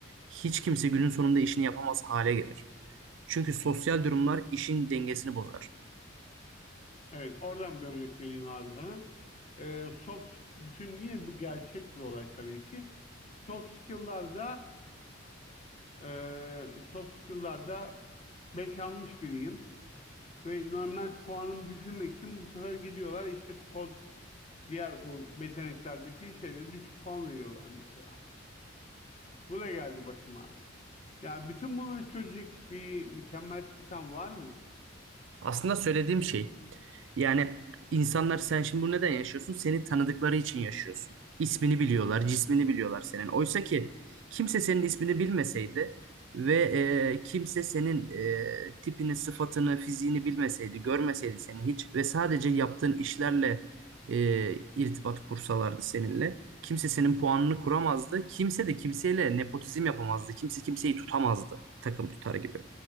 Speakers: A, on the right; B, on the left.
A: hiç kimse günün sonunda işini yapamaz hale gelir. Çünkü sosyal durumlar işin dengesini bozar.
B: Evet, oradan bir örnek vereyim abi sana. E, soft, bütün yine bir gerçek bir olay tabii ki. Soft skill'larda Ee, soft skill'larda 5 almış biriyim. Ve normal puanımı düşürmek için bu sefer gidiyorlar işte kod diğer o yeteneklerdeki şeylere düşük puan veriyorlar mesela. Bu da geldi başıma. Yani bütün bunları çözecek bir mükemmel sistem var mı?
A: Aslında söylediğim şey yani insanlar sen şimdi bunu neden yaşıyorsun? Seni tanıdıkları için yaşıyorsun. İsmini biliyorlar, cismini biliyorlar senin. Oysa ki kimse senin ismini bilmeseydi ve e, kimse senin e, tipini, sıfatını, fiziğini bilmeseydi, görmeseydi seni hiç ve sadece yaptığın işlerle e, irtibat kursalardı seninle. Kimse senin puanını kuramazdı. Kimse de kimseyle nepotizm yapamazdı. Kimse kimseyi tutamazdı takım tutar gibi.